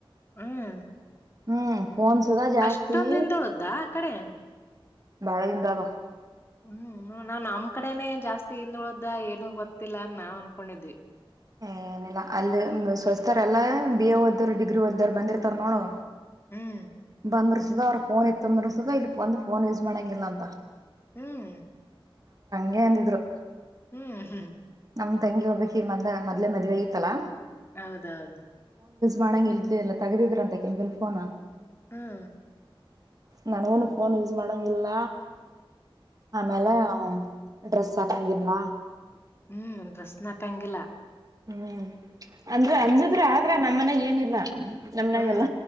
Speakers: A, on the left; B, on the right.
A: ಹ್ಮ್
B: ಹ್ಮ್ ಫೋನ್ ಸುದಾ ಜಾಸ್ತಿ
A: ಅಷ್ಟೊಂದ್ ದಿನ ದೊಡ್ದಾ ಆ ಕಡೆ.
B: ಬ್ಯಾಳ್ಗಿಂದದು
A: ಹ್ಮ್ ನಾವ್ ನಮ್ ಕಡೆನೆ ಜಾಸ್ತಿ ಹಿಂದ್ ಉಳ್ದ ಏನು ಗೊತ್ತಿಲ್ಲ ಆನ್ ನಾವ್ ಅನ್ಕೊಂಡಿದ್ವಿ.
B: ಹ ಏನಿಲ್ಲ ಅಲ್ಲಿ ಸ್ವಸ್ತರೆಲ್ಲ ಬಿ ಎ ಓದೋರು ಡಿಗ್ರಿ ಓದೋರು ಬಂದಿರ್ತಾರ್ ನೋಡು
A: ಹ್ಮ್
B: ಬಂದಿರ್ಸದ ಅವ್ರ ಫೋನ್ ಇತ್ತಂದ್ರುರ್ಸುದ ಇಲ್ಲಿ ಬಂದು ಫೋನ್ ಯೂಸ್ ಮಾಡಂಗಿಲ್ಲ ಅಂತ.
A: ಹ್ಮ್
B: ಗೆ ಅಂದಿದ್ರು
A: ಹ್ಮ್ ಹ್ಮ್
B: ನಮ್ ತಂಗಿ ಒಬ್ಬಕಿಗ್ ಮದ್ ಮದ್ಲೆ ಮದ್ವೆ ಆಗಿತ್ತಲ್ಲ
A: ಹೌದೌದು
B: ಮಾಡಂಗ ಇಲ್ದಲ್ಲ ತಗದಿದ್ರ ಅಂತ ಕಂಪನಿ ಫೋನ.
A: ಹ್ಮ್
B: ನನಗುನು ಫೋನ್ ಯೂಸ್ ಮಾಡಂಗಿಲ್ಲ ಆಮೇಲೆ
A: ಹ್ಮ್
B: ಅವ್ ಡ್ರೆಸ್ ಆಕಂಗಿಲ್ಲ.
A: ಹ್ಮ್ ಪ್ರಶ್ನ ಆಕಂಗಿಲ್ಲ
B: ಹ್ಮ್ ಅಂದ್ರೆ ಅಂಜಿದ್ರ ಆದ್ರ ನಮ್ಮ ಮನ್ಯಾಗ್ ಏನು? ಲ್ಲ ಹ್ ನಮ್ನಾಗೆಲ್ಲ
A: ಹ್ಮ್